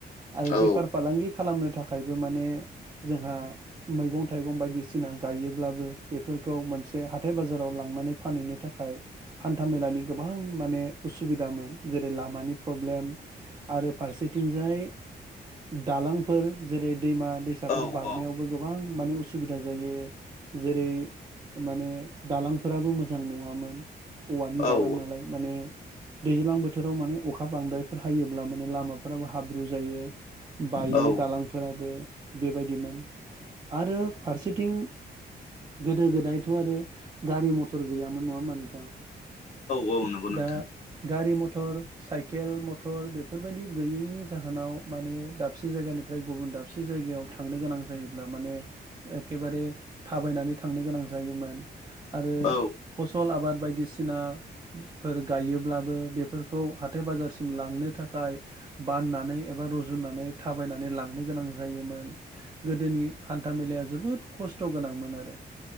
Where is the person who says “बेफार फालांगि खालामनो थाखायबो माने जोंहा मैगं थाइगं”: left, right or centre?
Right